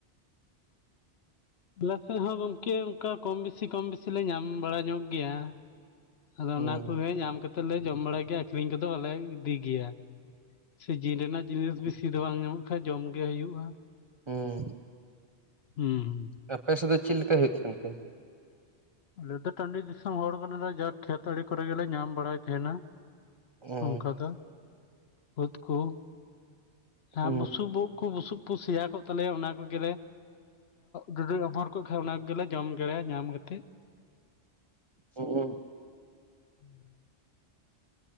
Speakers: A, on the left; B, on the right.
A: ᱟᱞᱮᱥᱮᱜ ᱦᱚᱸ ᱜᱚᱝᱠᱮ ᱚᱱᱠᱟ ᱠᱚᱢ ᱵᱮᱥᱤ ᱠᱚᱢ ᱵᱤᱥᱤ ᱞᱮ ᱧᱟᱢ ᱵᱟᱲᱟ ᱧᱚᱜ ᱜᱮᱭᱟ ᱟᱫᱚ
B: ᱦᱩᱸ
A: ᱚᱱᱟ ᱠᱚᱜᱮ ᱧᱟᱢ ᱠᱟᱛᱮᱫ ᱞᱮ ᱡᱚᱢ ᱵᱟᱲᱟᱭ ᱜᱮᱭᱟ ᱟᱠᱷᱨᱤᱧ ᱠᱚᱫᱚ ᱵᱟᱞᱮ ᱤᱫᱤ ᱜᱮᱭᱟ ᱥᱮᱡᱤᱱ ᱨᱮᱱᱟᱜ ᱡᱤᱱᱤᱥ ᱵᱮᱥᱤ ᱫᱚ ᱵᱟᱝ ᱧᱟᱢᱚᱜ ᱠᱷᱟᱱ ᱡᱚᱢ ᱜᱮ ᱦᱩᱭᱩᱜᱼᱟ
B: ᱦᱮᱸ
A: ᱦᱩᱸ ᱦᱩᱸ
B: ᱟᱯᱮ ᱥᱮᱫ ᱫᱚ ᱪᱮᱫ ᱞᱮᱠᱟ ᱦᱩᱭᱩᱜ ᱠᱟᱱ ᱛᱮ
A: ᱟᱞᱮᱫᱴ ᱫᱚ ᱴᱟᱺᱰᱤ ᱫᱤᱥᱚᱢ ᱦᱚᱲ ᱠᱟᱱᱟ ᱞᱮ ᱡᱟ ᱠᱷᱮᱛ ᱟᱲᱮ ᱠᱚᱨᱮ ᱜᱮᱞᱮ ᱧᱟᱢ ᱵᱟᱲᱟᱭ ᱛᱟᱦᱮᱱᱟ
B: ᱦᱩᱸ
A: ᱱᱚᱝᱠᱟ ᱫᱚ ᱳᱫ ᱠᱚ ᱟᱢ
B: ᱦᱩᱸ
A: ᱵᱩᱥᱩᱵ ᱩᱫ ᱠᱚ ᱵᱩᱥᱩᱵ ᱠᱚ ᱥᱮᱭᱟ ᱠᱚᱜ ᱛᱟᱞᱮᱭᱟ ᱚᱱᱟ ᱠᱚᱜᱮ ᱞᱮ ᱡᱚᱫᱤ ᱚᱢᱚᱨ ᱠᱚᱜ ᱠᱷᱟᱡ ᱚᱱᱟ ᱜᱮᱞᱮ ᱡᱚᱢ ᱜᱮᱭᱟ ᱧᱟᱢ ᱠᱟᱛᱮᱫ
B: ᱚ
A: ᱦᱩᱸ